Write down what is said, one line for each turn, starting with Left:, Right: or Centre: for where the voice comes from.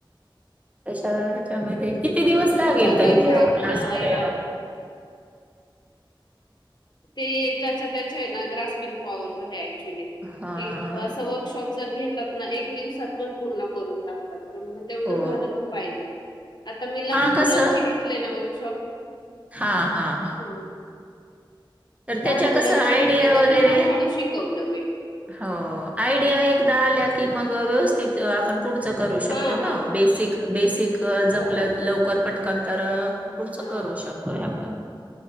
Right: तशा ह्याच्यामध्ये किती दिवस लागेल
Left: बघू आता
Right: तर इथ
Left: ह्या अ,
Right: क्लास
Left: ह्या
Right: करायला
Left: ते ज्याच्या त्याच्या आहे ना ग्रास्पिंग पॉवर वैरे
Right: हा
Left: एक अस वर्कशॉप जर घेतात एक दिवसात पण पूर्ण करून टाकतात पण मग तेवढं
Right: हो
Left: झालं पण पाहिजे आता मी लहान
Right: हा
Left: मुलांची
Right: कसं
Left: घेतले ना वर्कशॉप
Right: हा हा हा.
Left: हं.
Right: तर
Left: लहान
Right: त्याच्या
Left: मुलांची
Right: कसं आयडिया
Left: घेतले त्यांना
Right: वगैरे-
Left: हळूहळू शिकवलं मी.
Right: हो. आयडिया एकदा आल्या की मग व्यवस्थित आपण- पुढच करू शकतो
Left: हां,
Right: ना?
Left: हां.
Right: बेसिक बेसिक जमलं
Left: हो.
Right: लवकर पटकन तर- पुढचं
Left: हां.
Right: करू शकतोय आपण.